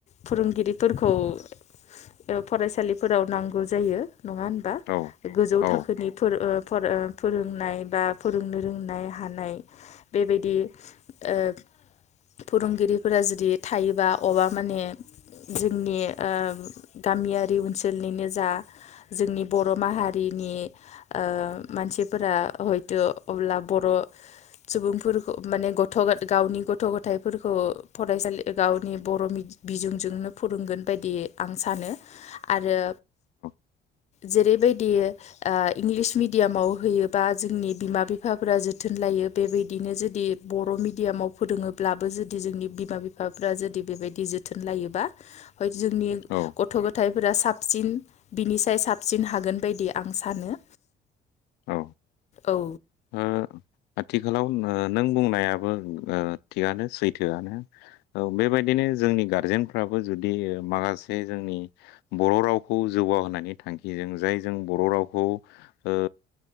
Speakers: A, on the left; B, on the left.
A: फोरोंगिरिफोरखौ ओ फरायसालिफोराव नांगौ जायो नङा होनबा
B: औ
A: गोजौ
B: औ
A: थाखोनि फोर ओ ओ फोरोंनाय बा फोरोंनो रोंनाय हानाय बेबायदि ओ फोरोंगिरिफोरा जुदि थायोबा अबेबा माने जोंनि ओ गामियारि ओनसोलनिनो जा जोंनि बर माहारिनि ओ मानसिफोरा हयथ अब्ला बर' सुबुंफोरखौ माने गथ गावनि गथ-गथायाइफोरखौ फरायसालि गावनि बर मि बिजोंजोंनो फोरोंगोन बायदि आं सानो आरो
B: <inaudible>
A: जेरैबायदि इंलिस ओ मिडियामाव होयोबा जोंनि बिमा बिफाफोरा जोथोन लायो। बेबायदिनो जुदि बर मिडियामाव फोरोङोब्लाबो जुदि जोंनि बिमा बिफाफ्रा जुदि बेबायदि जोथोन लायोबा जोंनि
B: औ
A: गथ-गथथायफोरा साबसिन बिनिसाय साबसिन हागोन बायदि आं सानो
B: औ
A: औ
B: ओ आथिखालाव नों बुंनायाबो ओ थिगानो सैथोआनो औ बेबायदिनो जोंनि गा गारजेनफ्राबो जुदि माखासे जोंनि बर' रावखौ जौगााहोनायनि थांखिजों जाय जों बर' रावखौ ओ